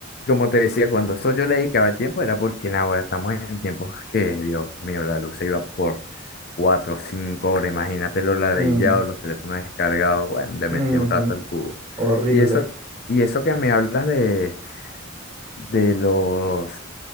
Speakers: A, on the left (about 50°); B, on the right (about 20°).
A: como te decía, cuando eso yo le dedicaba el tiempo era porque ahora estamos en tiempos que, Dios mío, la luz se iba por 4, 5 horas, imagínate los ladillados,
B: mm,
A: los teléfonos descargados, bueno, le
B: ujú.
A: metía un rato al cubo.
B: Horrible.
A: Y eso, y eso que me hablas de de los,